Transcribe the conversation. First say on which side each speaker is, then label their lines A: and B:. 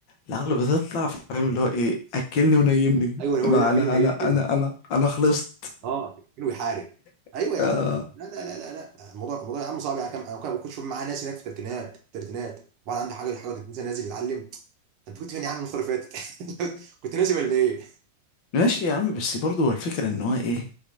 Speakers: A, on the left; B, on the right.
A: العقل بتطلع فاهم اللي هو ايه اكلني ونيمني
B: ايوه هو
A: ما
B: ده كيلو
A: انا
B: يهمني
A: انا انا انا انا خلصت
B: اه كيلو يحارب
A: <laughs>
B: ايوه يا عم
A: آه،
B: لا لا لا لا لا الموضوع الموضوع يا عم صعب يا عم انا كنت كنت شوف معاه ناس هناك في الثلاثينات الثلاثينات وبعد عنده حاجه حاجه و30 سنه نازل يتعلم انت كنت فين يا عم الفتره اللي فاتت <laughs> كنت ناسي ولا ايه؟
A: ماشي يا عم بس برضه هو الفكرة ان هو ايه